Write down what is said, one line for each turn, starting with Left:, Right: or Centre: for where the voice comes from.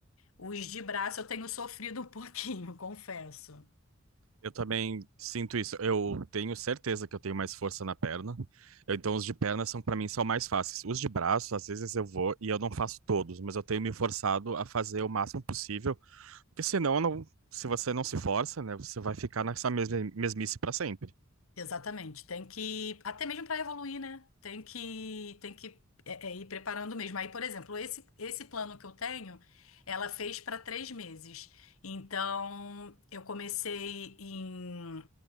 Left: Os de braço eu tenho sofrido um pouquinho, <laughs> confesso.
Right: Eu também sinto isso. Eu tenho certeza que eu tenho mais força na perna. Eu- então, os de perna são, para mim, são mais fáceis. Os de braço, às vezes eu vou e eu não faço todos, mas eu tenho me forçado a fazer o máximo possível, porque senão, eu não, se você não se força, né, você vai ficar nessa mesma mesmice para sempre.
Left: Exatamente. Tem que, até mesmo para evoluir, né? Tem que, tem que é, é, ir preparando mesmo. Aí, por exemplo, esse, esse plano que eu tenho, ela fez para três meses. Então, eu comecei em,